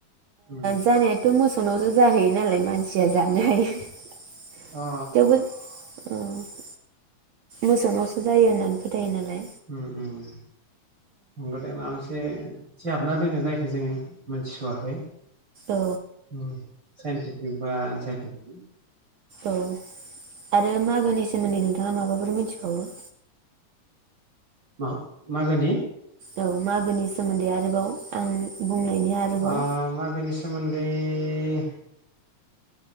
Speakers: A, on the right (about 40°); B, on the right (about 70°).
A: ओ उम
B: जानायाथ मोसौ फोरनावसो जाहैयो नालाय मानसिया जानो हायो।
A: अ
B: <unintelligible> मोसौनावसो जायो होननानै फोथायो नालाय।
A: ओम ओम नंगौ दे माबा मोनसे थि हाबना दोङो जायखौ जोङो मोनथिसवाखै।
B: औ
A: औ साइन्टिफिक बा आनाइन्टिफिक।
B: औ आरो मागोनि सोमोन्दै नोंथाङा माबाफोर मिथिबावो?
A: <unintelligible> मागोनि
B: औ मागोनि सोमोन्दै आरोबाव आं बुंनायनि आरोबाव
A: अ मागोनि सोमोन <unintelligible>